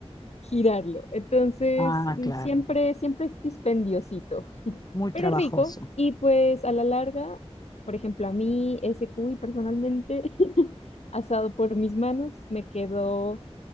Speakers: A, on the left; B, on the left.
A: girarlo. Entonces,
B: Ah,
A: mm,
B: claro.
A: siempre, siempre es dispendiosito,
B: Muy
A: pero
B: trabajoso.
A: rico. Y pues a la larga, por ejemplo, a mí ese cuy personalmente, <laughs> asado por mis manos, me quedó